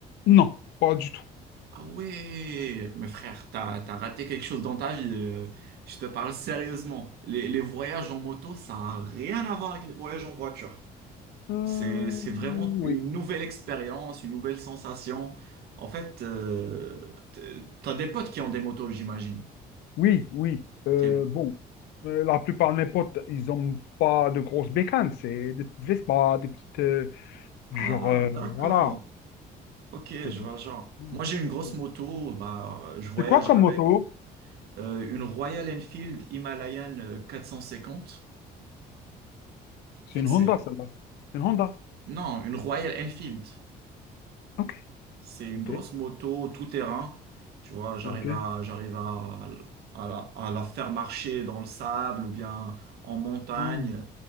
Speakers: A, on the left; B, on the right.
A: Non, pas du tout.
B: Ah ouais, mais frère, t'as, t'as raté quelque chose dans ta vie. euh, Je te parle sérieusement. Les, les voyages en moto, ça n'a rien à voir avec les voyages en voiture.
A: Euh,
B: C'est, c'est vraiment
A: oui,
B: une nouvelle expérience, une nouvelle sensation. En fait, euh, t'- t'as des potes qui ont des motos, j'imagine.
A: oui, oui. Euh,
B: T'es-
A: bon, euh, la plupart de mes potes, ils n'ont pas de grosses bécanes. C'est des petites Vespa, des petites. euh, genre,
B: Ah,
A: euh,
B: d'accord.
A: voilà.
B: Ok, je
A: C'est
B: vois le genre.
A: Hmm.
B: Moi, j'ai une grosse
A: Hmm.
B: moto. Bah, je voyage
A: C'est quoi comme
B: avec
A: moto?
B: euh, une Royal Enfield Himalayan euh, 450.
A: C'est
B: En fait,
A: une Honda,
B: c'est...
A: celle-là. C'est une Honda.
B: Non, une Royal Enfield.
A: Ok,
B: C'est une
A: ok,
B: grosse moto tout terrain. Tu vois, j'arrive
A: ok.
B: à, j'arrive à, à la, à la faire marcher dans le sable ou bien en montagne.
A: Hmm,